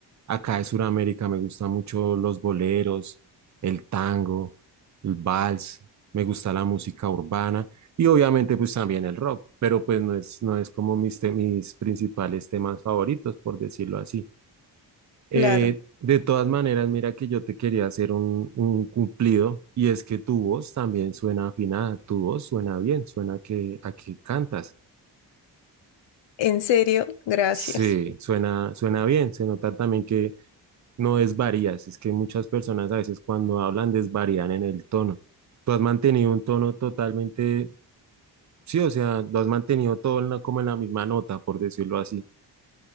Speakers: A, on the right; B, on the left.
A: acá de Sudamérica. Me gustan mucho los boleros, el tango, el vals, me gusta la música urbana y obviamente pues también el rock, pero pues no es, no es como mis, te- mis principales temas favoritos, por decirlo así. Eh,
B: claro.
A: de todas maneras, mira que yo te quería hacer un, un cumplido y es que tu voz también suena afinada, tu voz suena bien, suena que, a que cantas.
B: En serio, gracias.
A: Sí, suena, suena bien, se nota también que no desvarías, es que muchas personas a veces cuando hablan desvarían en el tono. Tú has mantenido un tono totalmente, sí, o sea, lo has mantenido todo en la- como en la misma nota, por decirlo así.